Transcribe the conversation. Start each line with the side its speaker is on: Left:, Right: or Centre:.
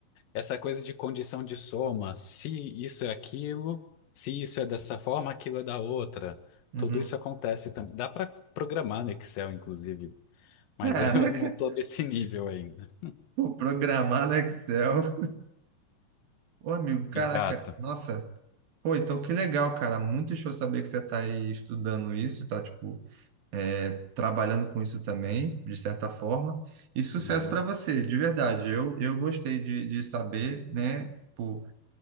Left: Essa coisa de condição de soma, se isso é aquilo, se isso é dessa forma, aquilo é da outra.
Right: Uhum.
Left: Tudo isso acontece também. Dá para programar no Excel, inclusive, mas
Right: <laughs> Caraca,
Left: <laughs> eu não estou nesse nível ainda.
Right: pô, programar no Excel. Ô, amigo, caraca,
Left: Exato.
Right: nossa. Pô, então que legal, cara. Muito show saber que você tá aí estudando isso, tá, tipo, é, trabalhando com isso também, de certa forma. E sucesso
Left: Uhum.
Right: para você, de verdade. Eu, eu gostei de, de saber, né? Tipo,